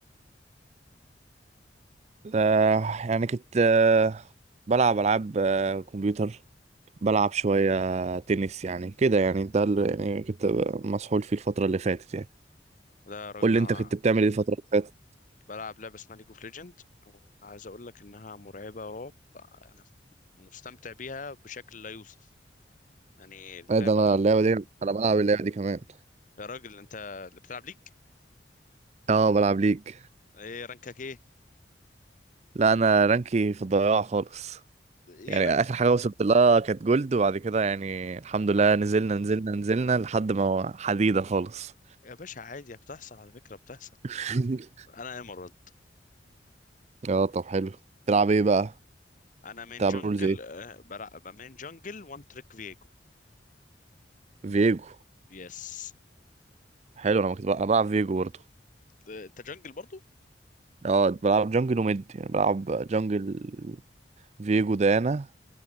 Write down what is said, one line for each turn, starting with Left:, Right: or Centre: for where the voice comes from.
Right: آه يعني كنت آه بلعب العاب آه كمبيوتر بلعب شويه آه، تنس يعني كده يعني ده اللي يعني كنت مسحول فيه الفتره اللي فاتت يعني
Left: لا يا راجل
Right: قول لي
Left: انا
Right: انت كنت بتعمل ايه الفتره اللي فاتت
Left: بلعب لعبة اسمها ليج اوف ليجند عايز اقول لك انها مرعبة رعب انا مستمتع بيها بشكل لا يوصف يعني اللعبة
Right: ايه ده انا اللعبه دي انا بلعب اللعبه دي كمان
Left: يا راجل انت اللي بتلعب ليج
Right: اه بلعب ليج
Left: ايه رانكك ايه
Right: لا انا رانكي في الضياع خالص
Left: ايه
Right: يعني
Left: رانك
Right: اخر حاجه وصلت لها كانت جولد وبعد كده يعني الحمد
Left: الحمد
Right: لله
Left: لله
Right: نزلنا نزلنا نزلنا لحد ما حديده خالص
Left: يا باشا عادي بتحصل على فكرة بتحصل
Right: <laughs>
Left: انا ايمرالد
Right: اه طب حلو تلعب ايه بقى
Left: انا من
Right: تلعب
Left: جنجل
Right: رولز
Left: آه، بلع... من جنجل وان تريك فيجو
Right: فيجو
Left: يس
Right: حلو انا كنت بقى- أنا بلعب فيجو برضه
Left: آه، انت جنجل برضو
Right: اه بلعب جنجل وميد يعني بلعب جنجل فيجو ديانا